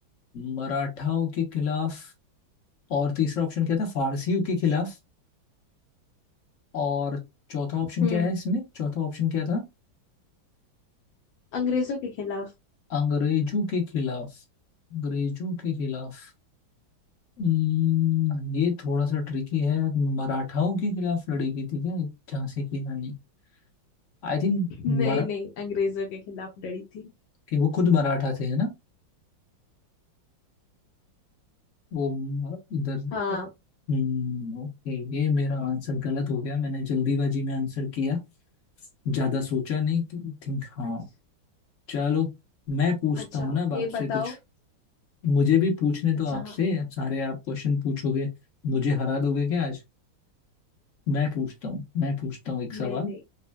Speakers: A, on the left; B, on the left.
A: मराठाओं के खिलाफ और तीसरा ऑप्शन क्या था फारसियों के खिलाफ और चौथा ऑप्शन
B: हम्म
A: क्या है इसमें चौथा ऑप्शन क्या था
B: अंग्रेजों के खिलाफ
A: अंग्रेजों के खिलाफ अंग्रेजों के खिलाफ हम्म, ये थोड़ा सा ट्रिकी है मराठाओं के खिलाफ लड़ी गई थी क्या झांसी की रानी आई थिंक
B: नहीं
A: मरा
B: नहीं अंग्रेजों के खिलाफ लड़ी थी
A: कि वो खुद मराठा थे है ना वो म- इधर
B: हाँ
A: हम्म ओके ये मेरा आंसर गलत हो गया मैंने जल्दीबाजी में आंसर किया ज्यादा सोचा नहीं तो आई थिंक हाँ
B: अच्छा
A: चलो मैं पूछता
B: अच्छा
A: हूँ ना अब आपसे
B: ये बताओ
A: कुछ मुझे भी पूछने तो
B: अच्छा
A: आपसे
B: हाँ
A: सारे आप क्वेश्चन पूछोगे मुझे हरा दोगे क्या आज मैं पूछता हूँ मैं पूछता हूँ एक
B: नहीं
A: सवाल
B: नहीं